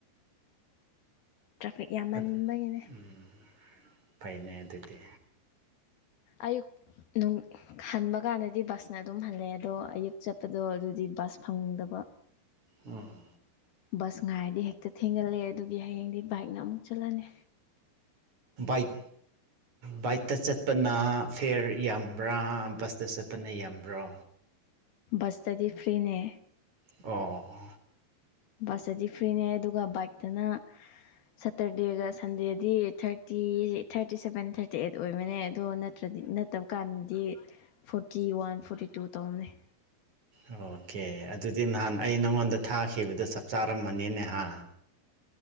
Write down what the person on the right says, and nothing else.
ꯑ ꯎꯝ ꯐꯥꯏꯅꯦ ꯑꯗꯨꯗꯤ
ꯑ
ꯏꯛ ꯕꯥꯏꯛꯇ ꯆꯠꯄꯅ ꯐꯤꯔ ꯌꯥꯝꯕ꯭ꯔꯥ ꯕꯁꯇ ꯆꯠꯄꯅ ꯌꯥꯝꯕ꯭ꯔꯣ
ꯑꯣ
ꯑꯣꯀꯦ ꯑꯗꯨꯗꯤ ꯅꯍꯥꯟ ꯑꯩ ꯅꯪꯉꯣꯟꯗ ꯊꯥꯈꯤꯕꯗꯣ ꯆꯞ ꯆꯥꯔꯝꯃꯅꯤꯅꯦꯍ